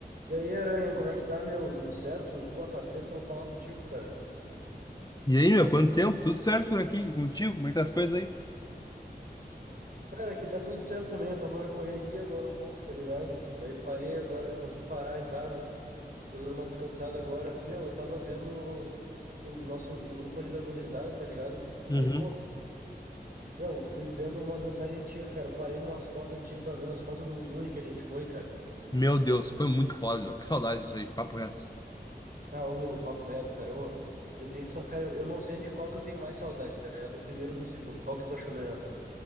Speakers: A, on the right; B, on the left.
A: E aí, Aranha, como é que tá, meu? Tudo certo? Boa, faz tempo que eu não falo contigo, cara.
B: E aí, meu, quanto tempo? Tudo certo por aqui? E contigo? Como é que tá as coisas aí?
A: Cara, aqui tá tudo certo também. Eu tava na correria agora um pouco, tá ligado? Daí parei agora, consegui parar em casa. Tô dando uma descansada agora. Meu, eu tava vendo o nosso o grupo ali da gurizada, tá ligado?
B: Uhum.
A: Aí, pô, meu, fui vendo umas mensagens antigas, cara. Eu parei numas fotos antigas, tava vendo as fotos do Zuni que a gente foi, cara.
B: Meu Deus, foi muito foda, meu. Que saudade disso aí, papo reto.
A: Ah, ô, meu, papo reto, cara. Ô, eu tenho, sa- cara, eu não sei de qual que eu tenho mais saudade, tá ligado? Do primeiro ou do segundo? Qual que tu achou melhor?